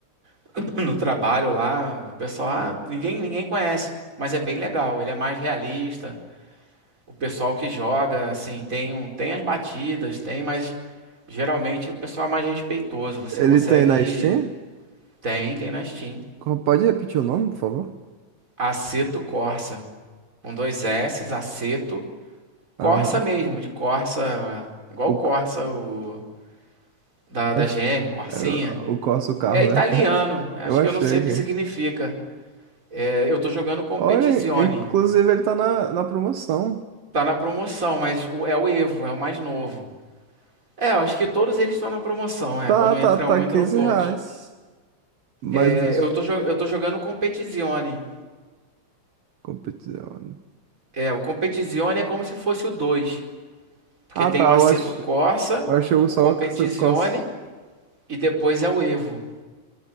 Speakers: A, on the right (about 25°); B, on the right (about 60°).
A: <coughs> <clears throat> no trabalho lá, o pessoal, ah, ninguém ninguém conhece, mas é bem legal. Ele é mais realista. O pessoal que joga, assim, tem um, tem as batidas, tem, mas geralmente o pessoal é mais respeitoso. Você
B: Ele
A: consegue,
B: tem na Steam?
A: tem, tem na Steam.
B: Co- Pode repetir o nome, por favor?
A: Assetto Corsa, com dois S, Assetto Corsa
B: Aham.
A: mesmo, de Corsa, igual
B: O,
A: o Corsa
B: c-
A: o, da, da
B: ach-
A: GM, Corsinha.
B: é, o Corsa, o carro,
A: É italiano,
B: né? <laughs>
A: acho
B: Eu achei
A: que eu não sei
B: aqui.
A: o que significa. É, eu tô jogando Competizione.
B: Olha, inclusive ele tá na, na promoção.
A: Tá na promoção, mas o- é o Evo, é o mais novo. É, eu acho que todos eles estão na promoção, é.
B: Tá,
A: Quando
B: tá,
A: entra
B: tá
A: um, entram
B: 15
A: todos.
B: reais. Mas
A: É,
B: deixa.
A: eu tô, jo- eu tô jogando Competizione.
B: Competição.
A: É, o Competizione é como se fosse o 2, porque
B: Ah,
A: tem
B: tá,
A: o Assetto
B: eu acho.
A: Corsa,
B: Eu achei
A: o
B: só
A: Competizione
B: o Corsa
A: e depois é o Evo.